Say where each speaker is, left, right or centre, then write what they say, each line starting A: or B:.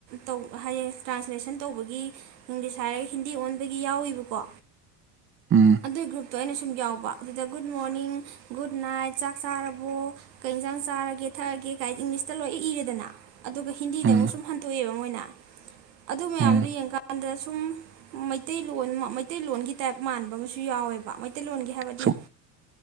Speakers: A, on the right; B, on the right.
A: ꯇꯧ ꯍꯥꯏꯌꯦ ꯇ꯭ꯔꯥꯟꯁꯂꯦꯁꯟ ꯇꯧꯕꯒꯤ ꯏꯪꯂꯤꯁ ꯍꯥꯏꯔꯒ ꯍꯤꯟꯗꯤ ꯑꯣꯟꯕꯒꯤ ꯌꯥꯎꯋꯕꯀꯣ
B: ꯎꯝ
A: ꯑꯗꯨꯒꯤ ꯒ꯭ꯔꯨꯞ ꯑꯗꯣ ꯑꯩꯅ ꯁꯨꯝ ꯌꯥꯎꯕ ꯑꯗꯨꯗ ꯒꯨꯗ ꯃꯣꯔꯅꯤꯡ ꯒꯨꯗ ꯅꯥꯏꯠ ꯆꯥꯛ ꯆꯥꯔꯕꯣ ꯀꯩ ꯌꯦꯟꯁꯥꯡ ꯆꯥꯔꯒꯦ ꯊꯛꯑꯒꯦ ꯀꯥꯏ ꯏꯪꯂꯤꯁꯇ ꯂꯣꯏ ꯏꯔꯦ ꯗꯅ ꯑꯗꯨꯒ ꯍꯤꯟꯗꯤꯗ
B: ꯎꯝ
A: ꯑꯃꯨꯛ ꯁꯨꯝ ꯍꯟꯇꯣꯛꯑꯦꯕ ꯃꯣꯏꯅ ꯑꯗꯨ ꯃꯌꯥꯝꯗꯨ
B: ꯎꯝ
A: ꯌꯦꯡꯀꯀꯥꯟꯗ ꯁꯨꯝ ꯃꯩꯇꯩꯂꯣꯟ ꯃꯩꯇꯩꯂꯣꯟꯒꯤ ꯇꯥꯏꯞ ꯃꯥꯟꯕ ꯑꯃꯁꯨ ꯌꯥꯎꯋꯦꯕ ꯃꯩꯇꯩꯂꯣꯟꯒꯤ ꯍꯥꯏꯕꯗꯤ
B: ꯁꯨꯝ